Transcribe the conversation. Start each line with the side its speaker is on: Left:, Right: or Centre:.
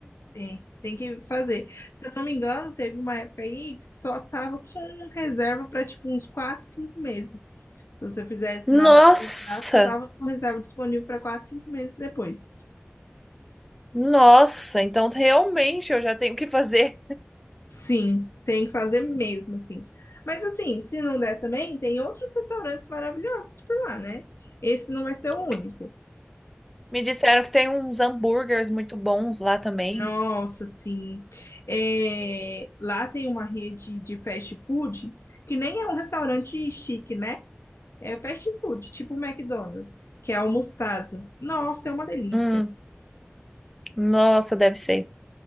Left: Tem, tem que fazer. Se eu não me engano, teve uma época aí que só tava com reserva para tipo uns 4, 5 meses. Se você fizesse nada
Centre: Nossa!
Left: em contrato, só tava com reserva disponível para 4, 5 meses depois.
Centre: Nossa, então realmente eu já tenho o que fazer.
Left: Sim, tem que fazer mesmo, assim. Mas assim, se não der também, tem outros restaurantes maravilhosos por lá, né? Esse não vai ser o único.
Centre: Me me disseram que tem uns hambúrgueres muito bons lá também.
Left: Nossa, sim. É, lá tem uma rede de fast food que nem é um restaurante chique, né? É fast food, tipo o McDonald's, que é o Mostasa. Nossa, é uma delícia.
Centre: Hum, nossa, deve ser.